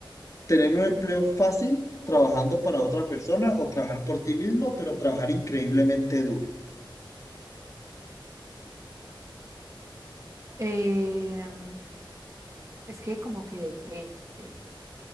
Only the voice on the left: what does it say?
¿Tener un empleo fácil trabajando para otra persona o trabajar por ti mismo, pero trabajar increíblemente duro?